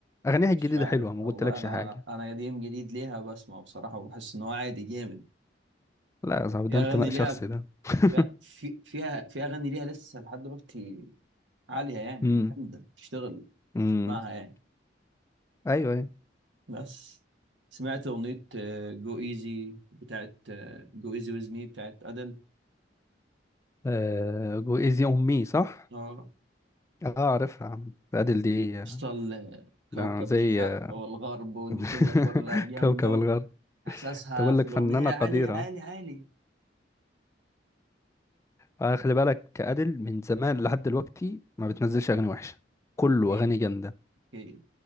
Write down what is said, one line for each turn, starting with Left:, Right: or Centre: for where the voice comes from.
Left: اغانيها الجديده
Right: مش عارف
Left: حلوه ما
Right: والله
Left: قلتلكش
Right: أنا
Left: حاجه
Right: أنا قديم جديد ليها بسمع بصراحة وبحس إن هو عادي جامد
Left: لا يا صاحبي
Right: في
Left: ده
Right: أغاني
Left: انتماء
Right: ليها
Left: شخصي ده <laughs>
Right: في فيها في أغاني ليها لسه لحد دلوقتي عالية يعني
Left: امم
Right: جامدة تشتغل
Left: امم
Right: معاها يعني
Left: ايوه ايوه
Right: بس سمعت أغنية جو ايزي بتاعت جو ايزي ويز مي بتاعت أدل
Left: آه جو ايزي اون مي صح
Right: اه
Left: اه عارفها يا عم ادل دي آه،
Right: وصل كوكب
Left: ده زي
Right: الشرق
Left: آه،
Right: والغرب والدنيا
Left: <laughs>
Right: كلها جامدة
Left: كوكب الغرب
Right: وإحساسها
Left: تقول
Right: في
Left: لك
Right: الأغنية
Left: فنانه قديره
Right: عالي عالي عالي
Left: آه خلي بالك ادل من زمان لحد دلوقتي ما بتنزلش اغاني وحشه كله
Right: أكيد
Left: اغاني جامده
Right: أكيد